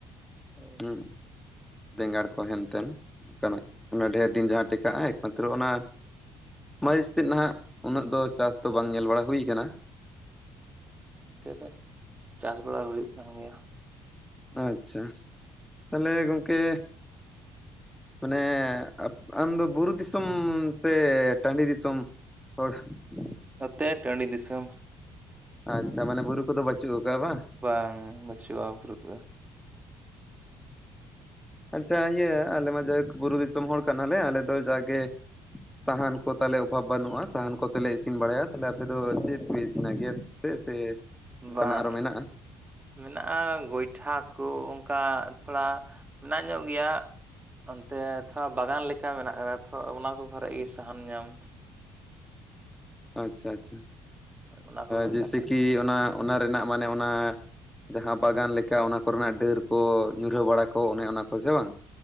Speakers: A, on the right; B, in the centre.
A: ᱱᱚᱛᱮ
B: ᱦᱩᱸ ᱵᱮᱸᱜᱟᱲ ᱠᱚ ᱦᱮᱱᱛᱮᱱ ᱚᱱᱠᱟᱱᱟᱜ ᱚᱱᱟ ᱰᱷᱮᱨ ᱫᱤᱱ ᱡᱟᱦᱟᱸ ᱴᱤᱠᱟᱜᱼᱟ ᱮᱠᱢᱟᱛᱨᱚ ᱚᱱᱟ ᱢᱟᱹᱨᱤᱪ ᱛᱮᱫ ᱱᱟᱦᱟᱜ ᱩᱱᱟᱹᱜ ᱫᱚ ᱪᱟᱥ ᱫᱚ ᱵᱟᱝ ᱧᱮᱞ ᱵᱟᱲᱟ ᱦᱩᱭ ᱠᱟᱱᱟ᱾
A: ᱤᱛᱟ. ᱫᱚ ᱪᱟᱥ ᱵᱟᱲᱟ ᱦᱩᱭᱩᱜ ᱠᱟᱱ ᱜᱮᱭᱟ᱾
B: ᱟᱪᱪᱷᱟ ᱛᱟᱦᱚᱞᱮ ᱜᱚᱝᱠᱮ ᱢᱟᱱᱮ ᱟᱢᱫᱚ ᱵᱩᱨᱩ ᱫᱤᱥᱚᱢ ᱥᱮ ᱴᱟᱺᱰᱤ ᱫᱤᱥᱚᱢ? <unintelligible>
A: ᱱᱚᱛᱮ ᱴᱟᱺᱰᱤ ᱫᱤᱥᱚᱢ᱾
B: ᱟᱪᱪᱷᱟ ᱢᱟᱱᱮ ᱵᱩᱨᱩ ᱠᱚᱫᱚ ᱵᱟᱪᱩᱜ ᱠᱟᱜᱼᱟ ᱵᱟᱝ?
A: ᱵᱟᱝ ᱵᱟᱹᱪᱷᱩᱣᱟᱹ ᱵᱤᱨᱩᱫ ᱨᱮ
B: ᱦᱮᱸ ᱟᱪᱪᱷᱟ ᱤᱭᱟᱹ ᱟᱞᱮᱢᱟ ᱡᱟᱭᱦᱚᱠ ᱵᱩᱨᱩ ᱫᱤᱥᱚᱢ ᱦᱚᱲ ᱠᱟᱱᱟᱞᱮ ᱟᱞᱮ ᱫᱚ ᱡᱟᱜᱮ ᱥᱟᱦᱟᱱ ᱠᱚ ᱛᱟᱦᱚᱞᱮ ᱚᱵᱷᱟᱵᱽ ᱵᱟᱹᱱᱩᱜᱼᱟ ᱥᱟᱦᱟᱱ ᱠᱚᱛᱮᱞᱮ ᱤᱥᱤᱱ ᱵᱟᱲᱟᱭᱟ ᱛᱟᱦᱞᱮ ᱟᱯᱮ ᱫᱚ ᱪᱮᱫ ᱯᱮ ᱤᱥᱤᱱᱟ ᱜᱮᱥ ᱦᱮ ᱥᱮ ᱚᱱᱠᱟᱱᱟᱜ
A: ᱵᱟᱝ
B: ᱟᱨᱚ ᱢᱮᱱᱟᱜᱼᱟ
A: ᱢᱮᱱᱟᱜᱼᱟ ᱜᱚᱭᱴᱷᱟ ᱠᱚ ᱚᱱᱠᱟ ᱛᱷᱚᱲᱟ ᱢᱮᱱᱟᱜ ᱧᱚᱜ ᱜᱮᱭᱟ, ᱚᱱᱛᱮ ᱛᱷᱚᱲᱟ ᱵᱟᱜᱟᱱ ᱞᱮᱠᱟ ᱢᱮᱱᱟᱜ ᱠᱟᱫᱟ ᱛᱚ ᱚᱱᱟ ᱠᱚ ᱠᱚᱨᱮ ᱜᱮ ᱥᱟᱦᱟᱱ ᱧᱟᱢ
B: ᱟᱪᱪᱷᱟ ᱟᱪᱪᱷᱟ
A: ᱚᱱᱟ ᱠᱚ ᱠᱷᱚᱡ
B: ᱡᱮᱭᱥᱮ
A: ᱫᱟᱠᱟ ᱩᱛᱩ
B: ᱠᱤ ᱚᱱᱟ ᱚᱱᱟ ᱨᱮᱱᱟᱜ ᱢᱟᱱᱮ ᱚᱱᱟ ᱡᱟᱦᱟᱸ ᱵᱟᱜᱟᱱ ᱞᱮᱠᱟ ᱚᱱᱟ ᱠᱚᱨᱮᱱᱟᱜ ᱰᱟᱹᱨ ᱠᱚ ᱧᱩᱨᱦᱟᱹ ᱵᱟᱲᱟ ᱠᱚ ᱚᱱᱮ ᱚᱱᱟ ᱠᱚ ᱥᱮ ᱵᱟᱝ